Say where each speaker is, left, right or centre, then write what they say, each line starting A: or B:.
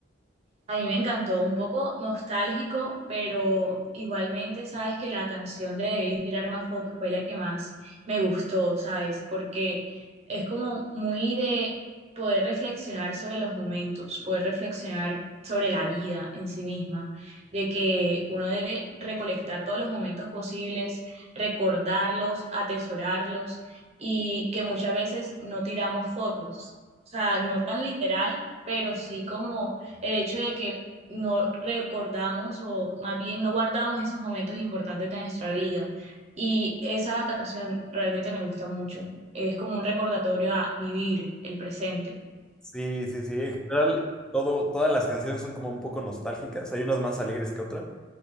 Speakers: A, on the right (about 35°); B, in the centre.
A: A mí me encantó, un poco nostálgico, pero igualmente sabes que la canción de Debí tirar más fotos fue la que más me gustó, ¿sabes? Porque es como muy de poder reflexionar sobre los momentos, poder reflexionar sobre la vida en sí misma, de que uno debe recolectar todos los momentos posibles, recordarlos, atesorarlos y que muchas veces no tiramos fotos, o sea, no tan literal, pero sí como el hecho de que no recordamos o más bien no guardamos esos momentos importantes de nuestra vida. Y esa canción realmente me gusta mucho. Es como un recordatorio a vivir el presente.
B: Sí, sí, sí. En general, todo, todas las canciones son como un poco nostálgicas. Hay unas más alegres que otras.